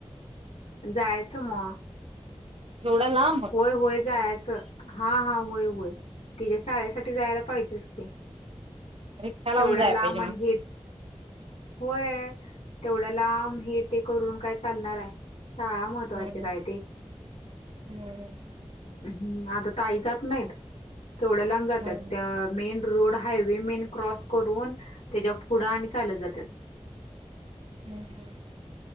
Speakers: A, on the left; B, on the right.
A: जायचं म.
B: एवढ्या लांब.
A: व्हय व्हय जायाचं, हा हा व्हय व्हय तिच्या् शाळेसाठी जायला पाहिजेच की
B: रिक्षा लावून
A: तेवढ्या
B: जायला
A: लांब
B: पाहिजे
A: आनी
B: मग
A: हेे त. होय, तेवढ्या लांब हे, ते करून काय चालणार हाय? शाळा महत्त्वाची
B: व्हय
A: काय ते
B: व्हय.
A: हम्म आता ताई जात नाहीत, तेवढ्या लांब जातात
B: हम्म
A: त्या. Main road highway main cross करून त्याच्या पुढं आणि चालत जातात.
B: हम् हम्.